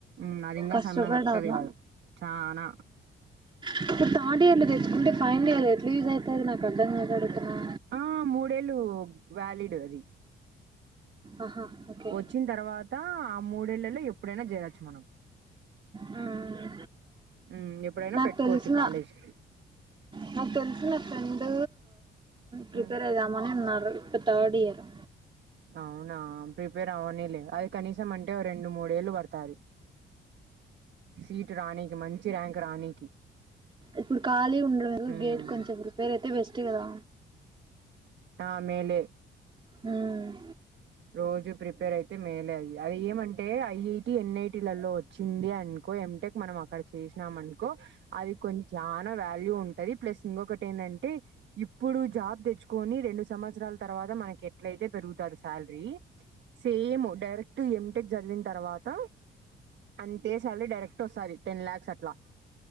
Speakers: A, on the right; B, on the right.
A: మ్ అది ఇంగా
B: కష్టపడలా.
A: సన్న దప్పకది కాదు చానా
B: ఇప్పుడు థర్డ్ ఇయర్లో తెచ్చుకుంటే ఫైనల్ ఇయర్లో ఎట్ల యూస్అయితది నాకు అర్ధంకాక అడుగుతున్నా.
A: ఆ మూడేళ్ళు వ్యాలిడ్ అది.
B: ఆహా ఓకే
A: వచ్చిన తర్వాత ఆ మూడేళ్లలో ఎప్పుడైనా చేయొచ్చు మనం.
B: మ్మ్
A: హ్మ్ ఎప్పుడైనా
B: నాకు
A: పెట్టుకోవచ్చు
B: తెలిసిన
A: కాలేజీకి.
B: నాకు తెలిసిన ఫ్రెండ్ ప్రిపేర్
A: హ్మ్
B: అయిదామని అన్నారు. ఇప్పుడు థార్డ్ ఇయరు.
A: అవునా ప్రిపేర్ అవ్వనియ్లే. అది కనీసం అంటే రెండు మూడేళ్ళు పడు తాది సీట్ రానికి, మంచి ర్యాంక్ రానికి.
B: ఇప్పుడు ఖాళీగా ఉండడం ఎందుకు
A: హ్మ్
B: గేట్ కొంచెం ఇప్పుడు ప్రిపేర్ అయితే బెస్ట్ కదా.
A: ఆ మేలే
B: హ్మ్
A: రోజు ప్రిపేర్ అయితే మేలే అయి. అయి ఏమంటే ఐఐటి, ఎన్ఐటీలలో వచ్చింది అ నుకో యమ్ టెక్ మనం అక్కడ చేశినాం అనుకో అది కొంచజా నవాల్యూ ఉంటది. ప్లస్ ఇంగొకటి ఏంటంటే ఇప్పుడు జాబ్ తెచ్చుకొని రెండు సంవత్సరాల తర్వా మనకేట్లయితే దొరుకుతా సాల్రీ సేమ్ డైరెక్ట్ ఎంటెక్ చదివిన తర్వాత అంతే సాలరీ డైరెక్ట్ వస్తాది టెన్ ల్యాక్స్ అ ట్లా